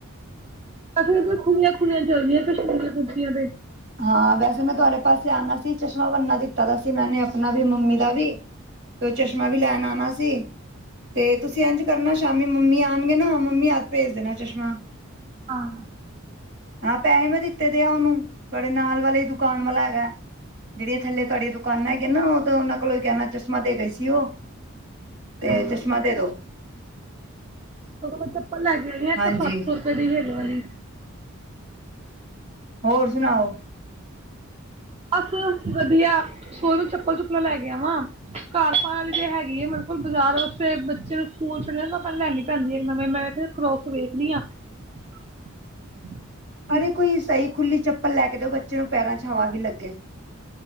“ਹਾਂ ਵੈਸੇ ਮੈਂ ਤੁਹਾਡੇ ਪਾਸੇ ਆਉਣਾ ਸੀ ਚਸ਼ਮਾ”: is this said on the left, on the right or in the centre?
Right